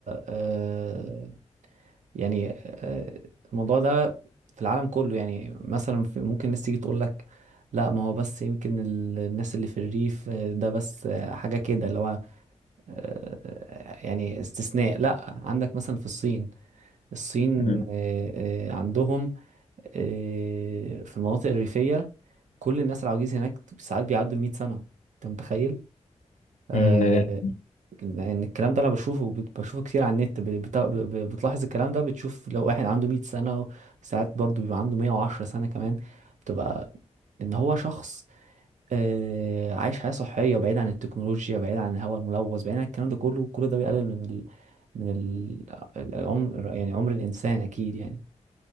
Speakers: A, on the right (about 80°); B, on the left (about 75°).
A: آه، يعني آه، الموضوع ده في العالم كله يعني مثلا في- ممكن الناس تيجي تقول لك لا ما هو بس يمكن ال- الناس اللي في الريف آه، ده بس آه، حاجة كده اللي هو آه، يعني استثناء لا عندك مثلا في الصين الصين
B: مم.
A: آه، آه، عندهم آه، في المناطق الريفية كل الناس العواجيز هناك ساعات بيعدوا المئة سنة انت متخيل آه،
B: امم ده جامد
A: لان الكلام ده انا بشوفه بت- بشوفه كتير على النت ب- بت- ب- ب- بتلاحظ الكلام ده بتشوف لو واحد عنده 100 سنة ساعات برضو بيبقى عنده 110 سنة كمان بتبقى ان هو شخص آه، عايش حياة صحية بعيد عن التكنولوجيا بعيد عن الهواء الملوث بعيد عن الكلام ده كله كل ده بيقلل من ال... من ال... العمر يعني عمر الإنسان أكيد يعني